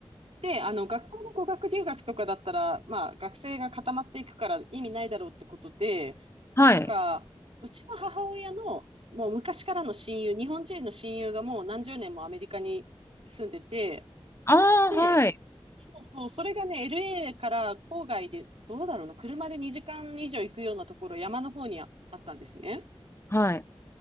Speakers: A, on the right; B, on the left.
A: で、あの、学校の語学留学とかだったら、まあ、学生が固まっていくから意味ないだろうってことで、
B: はい。
A: なんか、うちの母親の、もう昔からの親友、日本人の親友がもう何十年もアメリカに住んでて、
B: ああ、
A: で、
B: はい。
A: そうそう、それがね、LA から郊外で、どうだろうな、車で2時間以上行くようなところ、山の方にああったんですね。
B: はい。